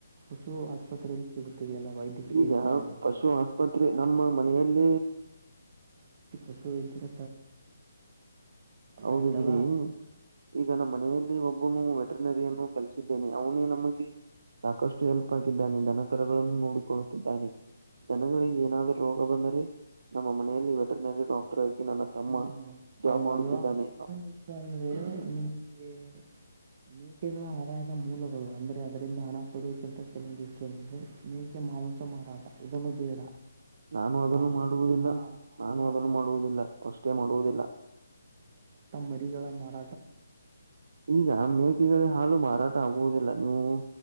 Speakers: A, on the right; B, on the right.
A: ಪಶು ಆಸ್ಪತ್ರೆಯಲ್ಲಿ ಸಿಗುತ್ತಿದೆ ಎಲ್ಲ ವೈದ್ಯಕೀಯ
B: ಈಗ
A: ಸಹ-
B: ಪಶು ಆಸ್ಪತ್ರೆ ನಮ್ಮ ಮನೆಯಲ್ಲಿ.
A: ಪಶು ಇದ್ರೆ
B: ಹೌದು
A: ಆಯ್ತಲ್ಲ
B: ಬಿಡಿ ಈಗ ನಮ್ಮ ಮನೆಯಲ್ಲಿ ಒಬ್ಬನು ವೆಟನರಿಯನ್ನು ಕಲಿಸಿದ್ದೇನೆ ಅವನು ನಮಗೆ. ಸಾಕಷ್ಟು ಹೆಲ್ಪ್ ಆಗಿದ್ದಾನೆ ಧನಕರಗಳನ್ನು ನೋಡಿಕೊಳ್ಳುತ್ತಿದ್ದಾನೆ. ಜನಗಳಿಗೆ ಏನಾದ್ರು ರೋಗ ಬಂದರೆ ನಮ್ಮ ಮನೆಯಲ್ಲಿ ವೆಟ್ರನರಿ ಡಾಕ್ಟರ್ ಆಗಿ ನ ತಮ್ಮ
A: ಹ್ಞೂ
B: ಜಾಬ್
A: ಹೌದಲ್ವಾ
B: ಮಾಡುತ್ತಿದ್ದಾನೆ.
A: ಇನ್ನೊಂದು ವಿಷಯ ಅಂದರೆ ನಿಮಗೆ ಮೇಕೆಗಳ ಆದಾಯದ ಮೂಲಗಳು ಅಂದ್ರೆ ಅದರಿಂದ ಹಣ ಪಡುವಕ್ಕಿಂತ ಕೆಲವೊಂದು ಇಷ್ಟುಂದ್ರೆ. ಮೇಕೆ ಮಾಂಸ ಮಾರಾಟ ಇದನ್ನು ಬೇಡ.
B: ನಾನು ಅದನ್ನು
A: ಹಾಲು
B: ಮಾಡುವುದಿಲ್ಲ
A: ಹಾಲು
B: ನಾನು ಅದನ್ನು ಮಾಡುವುದಿಲ್ಲ ಅಷ್ಟೇ ಮಾಡುವುದಿಲ್ಲ.
A: ತ ಮರಿಗಳ ಮಾರ
B: ಈಗ ನಮ್ ಮೇಕೆಗಳ ಹಾಲು ಮಾರಾಟ ಆಗುವುದಿಲ್ಲ ನೀವು.